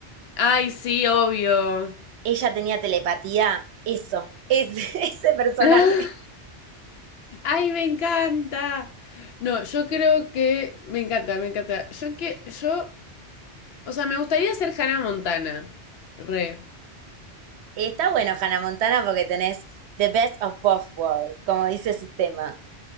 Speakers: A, on the left (about 65°); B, on the right (about 75°).
A: Ay, sí, obvio.
B: ella tenía telepatía, eso, es, <laughs> ese personaje.
A: <laughs> Ay, me encanta. No, yo creo que me encanta, me encanta. Yo que, yo, o sea, me gustaría ser Hannah Montana. Re,
B: Está bueno Hannah Montana porque tenés The Best of Both Worlds, como dice su tema.